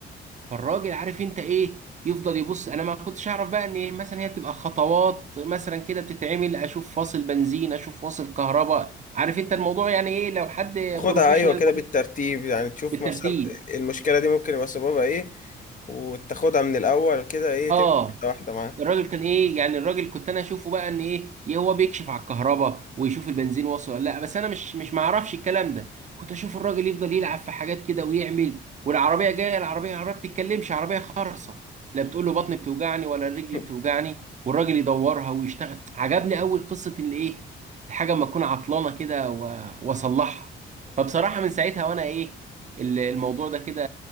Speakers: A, on the right; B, on the left.
A: فالراجل عارف انت ايه يفضل يبص انا ما كنتش اعرف بقى ان إيه مثلا هي بتبقى خطوات مثلا كده بتتعمل اشوف فاصل بنزين اشوف فاصل كهرباء عارف انت الموضوع يعني ايه لو حد
B: تاخدها
A: بروفيشنال
B: ايوه كده بالترتيب يعني تشوف
A: بالترتيب
B: مثلا المشكلة دي ممكن يبقى سببها ايه وتاخدها من الاول كده ايه
A: اه
B: تمشي واحدة واحدة معاها
A: الراجل كان ايه يعني الراجل كنت انا اشوفه بقى ان ايه إيه هو بيكشف على الكهرباء ويشوف البنزين واصل ولا لا بس انا مش مش معرفش الكلام ده كنت اشوف الراجل يفضل يلعب في حاجات كده ويعمل والعربيه جايه العربيه عربيه بتتكلمش عربيه خرصه لا بتقول له بطني بتوجعني ولا الرجل
B: <laughs>
A: بتوجعني والراجل يدورها ويشتغل عجبني اول قصه الايه الحاجه اما اكون عطلانه كده و- واصلحها فبصراحه من ساعتها وانا ايه ال- الموضوع ده كده